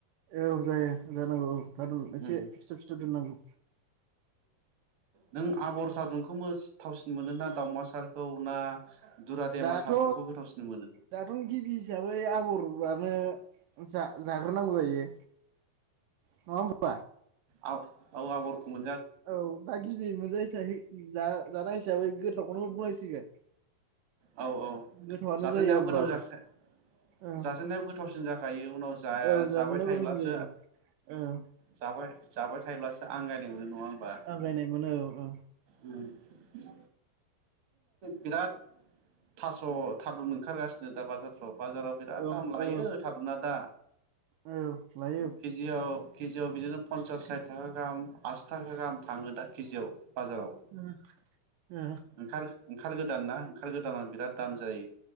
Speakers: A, on the right (about 75°); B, on the right (about 50°).
A: औ जायो जानांगौ औ दादु एसे
B: उम
A: फिथर फिथर दोननांगौ।
B: नों आबर सादुनखौ मोस थावसिन मोनो ना दावमासारखौ ना। दुरादेमा
A: दाथ'
B: थारुनखौ गोथावसिन मोनो?
A: दाथ' गिबि हिसाबै आबरफ्रानो जा जाग्रोनांगौ जाहैयो नङा होमबा।
B: आ औ आबरखौ मो
A: औ दा गिबि मोनजायिसाबै जा जानाय हिसाबै गोथावखौनो बुंनांसिगोन।
B: औ औ
A: गोथावआनो
B: जाजेननायाव
A: जायो आबराबो
B: गोथाव जाखाया।
A: औ
B: जाजेननायाव गोथावसिन जाखायो उनाव जाया
A: औ जाजेननायाव
B: जाबाय थायोब्लासो।
A: गोथावसिन जायो औ औ
B: जाबाय जाबाय थायोब्लासो। आंगायनाय मोननो नङा होमबा?
A: आंगायनाय मोनो औ
B: ओम। बिराद थास' थारुन ओंखारगासिनो दा बाजारफ्राव। बाजाराव बिराद
A: औ
B: दाम लायो
A: औ
B: थारुना दा
A: औ लायो
B: केजियाव। केजिव बिदिनो पन्सास साथि थाखा गाहाम आसि थाखा गाहाम थाङो दा केजियावव। बाजाराव
A: ओ ओ
B: ओंखार गोदान ना? दामा बिराद दाम जायो।